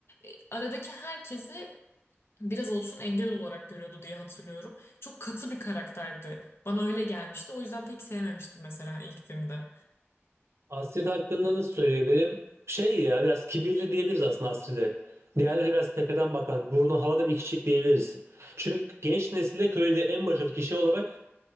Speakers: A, on the left; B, on the right.
A: e, aradaki herkesi biraz olsun engel olarak görüyordu diye hatırlıyorum. Çok katı bir karakterdi. Bana öyle gelmişti. O yüzden pek sevmemiştim mesela ilk filmde.
B: Astrid hakkında nasıl söyleyebilirim? Şey ya biraz kibirli diyebiliriz aslında Astrid'e. Diğerleri biraz tepeden bakan, burnu havada bir kişilik diyebiliriz. Çünkü genç nesilde köyde en başarılı kişi olarak